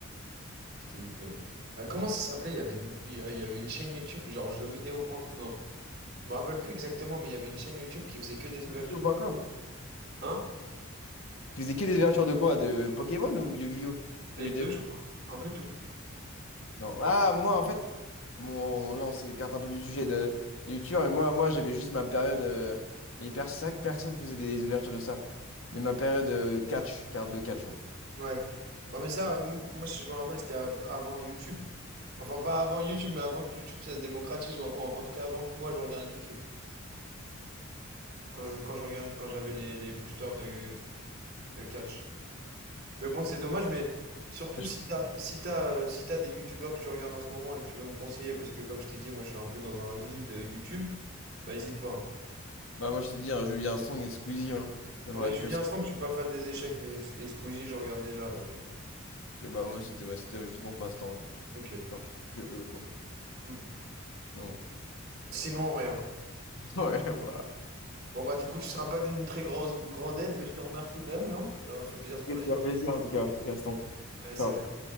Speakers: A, on the right; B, on the left.
A: C'était Yu-Gi-Oh! Euh, comment ça s'appelait? Il y avait une, il y a- il y avait une chaîne YouTube, genre jeux vidéo. point- Non, je me rappelle plus exactement, mais il y avait une chaîne YouTube qui faisait que des
B: Crypto.com.
A: ouvertures. Hein?
B: Tu faisais que des ouvertures de quoi? De Pokémon ou Yu-Gi-Oh?
A: Les
B: Ou les
A: deux,
B: deux?
A: je crois. Un peu tout.
B: Non. Ah, moi, en fait, mon... là, on s'écarte un peu du sujet de du youtubeur, mais moi, moi j'avais juste ma période. euh, Mais pers- c'est vrai que personne faisait des ouvertures de ça. Mais ma période euh, catch, carte de catch, moi.
A: Ouais. Ouais, mais ça, m- moi, si je me rappelle, c'était av- avant YouTube. Enfin, pas avant YouTube, mais avant que YouTube, ça se démocratise, ou en, en tout cas, avant que moi, je regarde YouTube. Quand je, quand je regardais, quand j'avais les, les boosters de, de catch. Mais bon, c'est dommage, mais surtout
B: Ouais,
A: si
B: je-
A: t'as, si t'as, euh, si t'as des YouTubeurs que tu regardes en ce moment et que tu veux me conseiller, parce que, comme je t'ai dit, moi, je suis un peu dans un vide euh, YouTube, bah, hésite pas. hein.
B: Bah, moi, je t'ai dit, hein, Julien Song et Squeezie, hein. Je regarde
A: Non, mais Julien
B: que ça.
A: Song, je suis pas fan des échecs, mais et Squeezie, je regarde déjà, donc. euh,
B: Que, bah, moi, c'était ouais, c'était juste mon passe-temps. euh.
A: Ok.
B: Genre, je- que eux, quoi.
A: Hmm.
B: Sinon,
A: Sinon, rien.
B: <laughs> ouais, voilà.
A: Bon bah du coup tu seras pas d'une très grosse grande aide, mais je te remercie quand même, Léon. Ça m'a fait plaisir
B: Ok,
A: de parler.
B: c'était un plaisir, en tout cas, Gaston.
A: Allez,
B: Ciao.
A: salut.